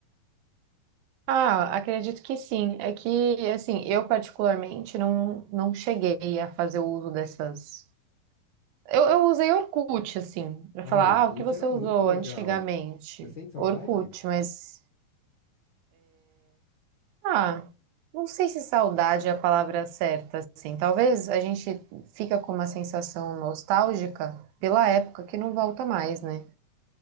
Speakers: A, on the right; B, on the left.
A: Ah, acredito que sim. É que, assim, eu particularmente não, não cheguei a fazer o uso dessas. Eu, eu usei Orkut, assim, pra
B: Ah,
A: falar,
B: Orkut
A: ah, o que você
B: era
A: usou
B: muito legal.
A: antigamente?
B: Você sente saudade?
A: Orkut, mas, ah, não sei se saudade é a palavra certa, assim. Talvez a gente fica com uma sensação nostálgica pela época que não volta mais, né?